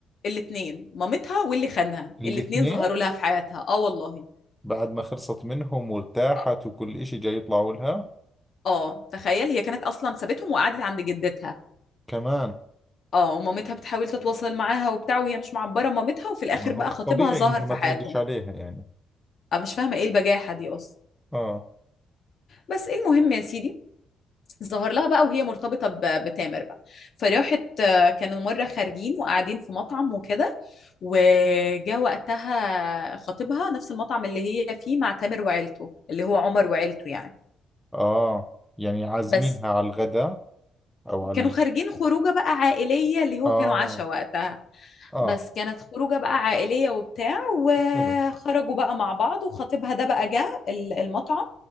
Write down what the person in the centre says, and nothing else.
الاثنين
بعد ما خلصت منهم وارتاحت
وكل اشي جاي يطلعوا لها
كمان
ما
هو
طبيعي
انها
ما
تردش عليها يعني
اه
اه يعني عازمينها
على الغداء او على
ال-
اه
اه
حلو